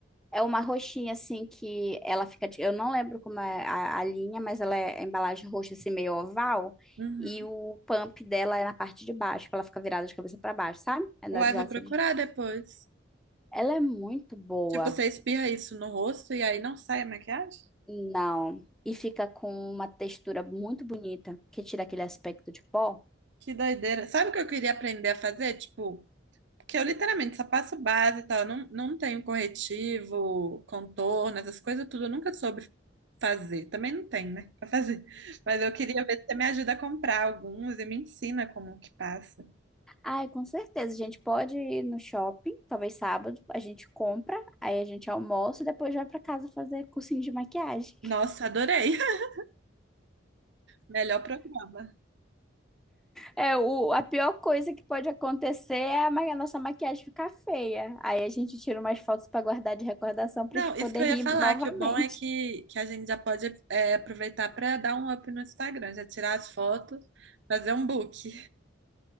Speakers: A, in the centre; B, on the right.
A: é uma roxinha, assim, que ela fica. de- Eu não lembro como é a, a linha, mas ela é a embalagem roxa, assim, meio oval.
B: Uhum.
A: E o pump dela é na parte de baixo, que ela fica virada de cabeça para baixo, sabe? É na
B: Uai,
A: horizontal.
B: vou procurar
A: assim.
B: depois.
A: Ela é muito boa.
B: Tipo, você espirra isso no rosto e aí não sai a maquiagem?
A: Não. E fica com uma textura muito bonita, que tira aquele aspecto de pó.
B: Que doideira. Sabe o que eu queria aprender a fazer? Tipo, Porque eu literalmente só passo base e tal, eu não, não tenho corretivo, contorno, essas coisas tudo, eu nunca soube fazer. Também não tem, né, pra fazer. Mas eu queria ver se você me ajuda a comprar alguns e me ensina como que passa.
A: Ai, com certeza. A gente pode ir no shopping, talvez sábado, a gente compra, aí a gente almoça e depois vai pra casa fazer cursinho de maquiagem.
B: Nossa, adorei. <laughs> Melhor programa.
A: É, o, a pior coisa que pode acontecer é a, ma- a nossa maquiagem ficar feia. Aí a gente tira umas fotos pra guardar de recordação pra
B: Não,
A: gente poder
B: isso que eu
A: rir
B: ia falar,
A: novamente.
B: que o bom é que, que a gente já pode é, aproveitar para dar um up no Instagram, já tirar as fotos, fazer um book.